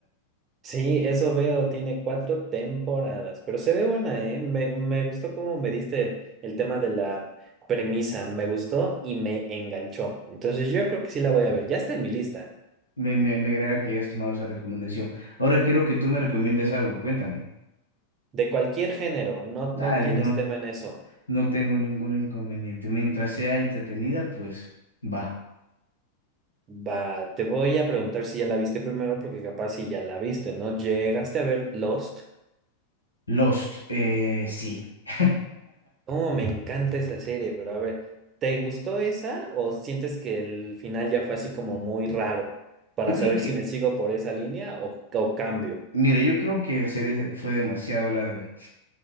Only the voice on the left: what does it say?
Me, me, me agrada que hayas tomado esa recomendación. Ahora quiero que tú me recomiendes algo, cuéntame.
Dale,
no
No tengo ningún inconveniente. Mientras sea entretenida, pues va.
Lost, eh, sí. <laughs>
Yo
creo que,
mira, yo creo que la serie fue demasiado larga.